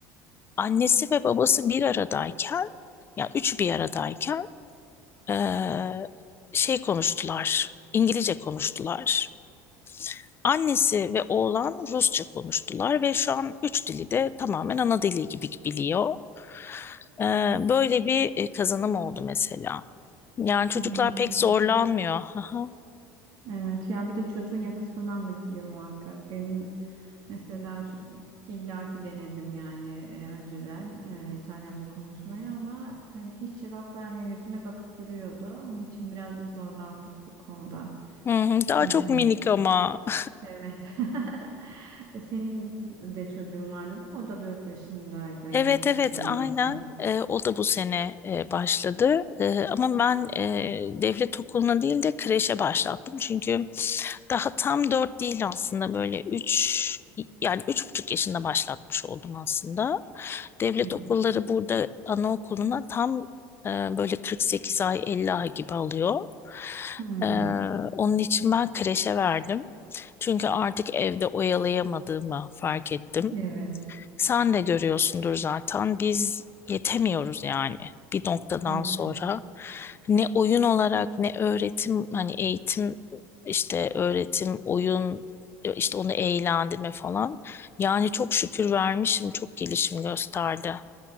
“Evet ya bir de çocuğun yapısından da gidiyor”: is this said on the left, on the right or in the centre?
Right